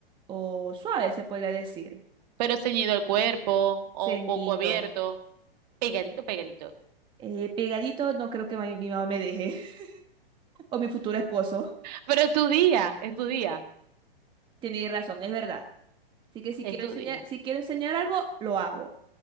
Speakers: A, on the right; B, on the right.
A: o suave, se podría decir.
B: Pero ceñido el cuerpo o
A: Ceñido.
B: un poco abierto, pegadito, pegadito.
A: Eh, pegadito, no creo que mi, mi mamá me deje. <laughs> O mi futuro esposo.
B: Pero es tu día, es tu día,
A: Tenéis razón, es verdad. Así que si
B: es
A: quiero
B: tu
A: enseñar,
B: día.
A: si quiero enseñar algo, lo hago.